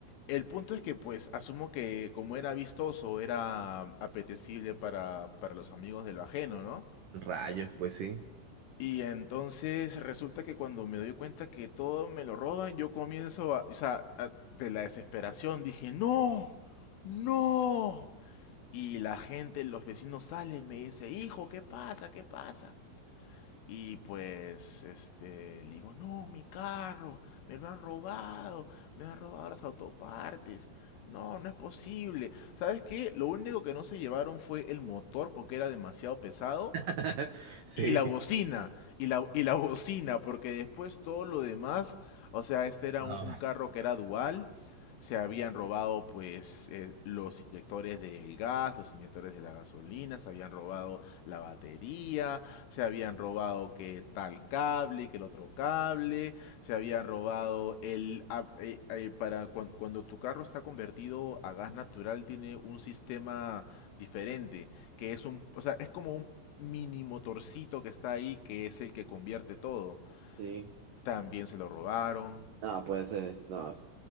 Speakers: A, on the left; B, on the right.
A: El punto es que, pues, asumo que como era vistoso, era apetecible para, para los amigos de lo ajeno, ¿no?
B: rayos, pues sí.
A: Y entonces resulta que cuando me doy cuenta que todo me lo roban, yo comienzo a, o sea, a- de la desesperación dije, no, no. Y la gente, los vecinos salen, me dice, hijo, ¿qué pasa? ¿Qué pasa? Y pues, este, le digo, no, mi carro, me lo han robado, me han robado las autopartes. No, no es posible. ¿Sabes qué? Lo único que no se llevaron fue el motor porque era demasiado pesado
B: <laughs> Sí,
A: y la bocina, y la, y la bocina, porque después todo lo demás, o sea, este era
B: no.
A: un, un carro que era dual, se habían robado pues eh, los inyectores del gas, los inyectores de la gasolina, se habían robado la batería, se habían robado que tal cable, que el otro cable, se habían robado el... ah, eh, eh, para cuan- cuando tu carro está convertido a gas natural tiene un sistema diferente que es un, o sea, es como un mini motorcito que está ahí, que es el que convierte todo,
B: Sí.
A: también se lo robaron.
B: No, puede ser. No.